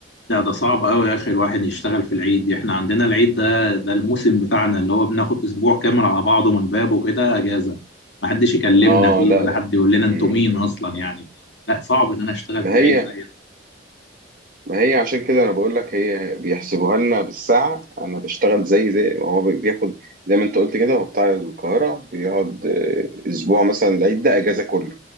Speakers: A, on the left; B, on the right.
A: لا ده صعب قوي يا اخي الواحد يشتغل في العيد احنا عندنا العيد ده ده الموسم بتاعنا اللي هو بناخد اسبوع كامل على بعضه من بابه كده اجازه ما حدش يكلمنا
B: اه
A: فيه
B: لا
A: ولا
B: لا
A: حد يقول لنا
B: مم.
A: انتوا مين اصلا يعني لا صعب ان انا اشتغل
B: ما
A: في
B: هي
A: العيد زي ده.
B: ما هي عشان كده انا بقول لك هي بيحسبوها لنا بالساعه انا بشتغل زي زي ما هو بياخد زي ما انت قلت كده هو بتاع القاهره بيقعد آه، اسبوع مثلا العيد ده اجازه كله